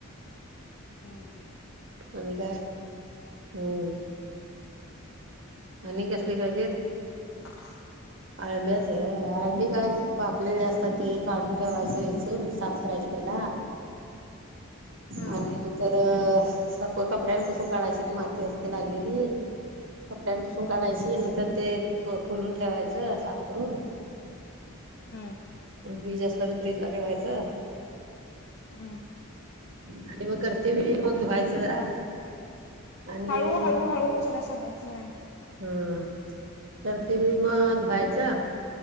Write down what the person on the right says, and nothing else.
आणि काय हम्म. आणि कसली पाहिजेत.
अंडयाचा आहे आंडी काय पाकलेली असतात ती काढून ठेवायच वेचून साप करायची पहिला
आणि नंतर साप कपड्यांपसून काढायची ती माती असते लागलेली. कपड्यांपसून काढायची नंतर ते खुोलून ठेवायचं साफ करून
फ्रीज असलं तर, फ्रीज ला ठेवायचं.
आणि मग करते वेळी, मग धुवायचं जरा. आणि
हं. करते वेळी मग धुवायचं.